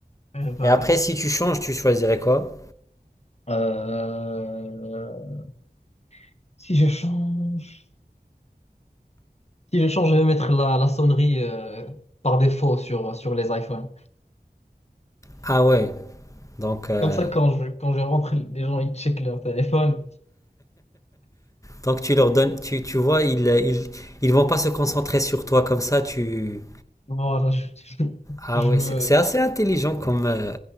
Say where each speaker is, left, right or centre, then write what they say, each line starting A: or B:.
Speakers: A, on the left; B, on the left.
A: Eh ben,
B: Et après, si tu changes, tu choisirais quoi?
A: euh, si je change, si je change, je vais mettre la, la sonnerie euh, par défaut sur, sur les iPhones.
B: Ah ouais, donc, euh,
A: Comme ça, quand je, quand je rentre, les gens ils checkent leur téléphone.
B: donc tu leur donnes, tu, tu vois, ils, ils, ils vont pas se concentrer sur toi comme ça, tu...
A: Voilà, je, je
B: Ah
A: je
B: ouais,
A: me.
B: c'est c'est assez intelligent comme, euh,